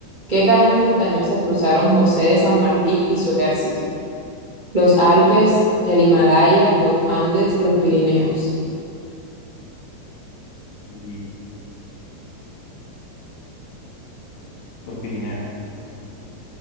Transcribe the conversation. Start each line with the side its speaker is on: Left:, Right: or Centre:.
Right: ¿Qué cadena montañosa cruzaron José de San Martín y su ejército? Los
Left: Bien.
Right: Alpes, el Himalaya, los Andes, los Pirineos.
Left: Uy, los Pirineos.